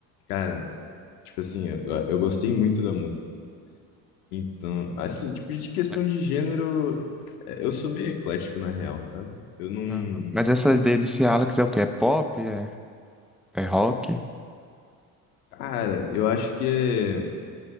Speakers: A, on the left; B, in the centre.
A: Cara, tipo assim, eu, eu gostei muito da música. Então, assim, tipo, de questão
B: É.
A: de gênero, é, eu sou meio eclético na real, sabe? Eu não.
B: Aham. Mas essa dele desse Alex é o quê? É pop? É, é rock?
A: Cara, eu acho que é-